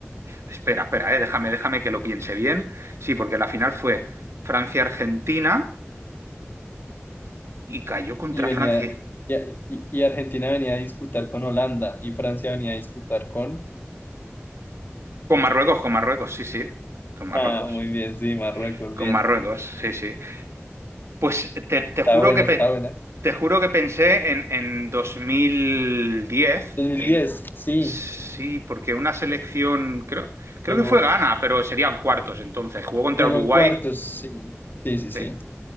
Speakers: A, on the right; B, on the left.
A: espera, espera, eh, déjame, déjame que lo piense bien. Sí, porque la final fue Francia-Argentina y cayó contra
B: Y venía,
A: Francia.
B: y, y- y Argentina venía a disputar con Holanda y Francia venía a disputar con...
A: Con Marruecos, con Marruecos, sí, sí, con Marruecos.
B: Ah, muy bien, sí, Marruecos,
A: Con
B: bien.
A: Marruecos, sí, sí. Pues te, te
B: Está
A: juro
B: buena,
A: que pe-
B: está buena.
A: te juro que pensé en, en dos mil diez
B: 2010,
A: el-
B: sí,
A: sí, porque una selección, creo, creo
B: llegó,
A: que fue Ghana, pero serían cuartos entonces. Jugó contra
B: llegó
A: Uruguay.
B: en cuartos, sí, sí, sí, sí.
A: Sí,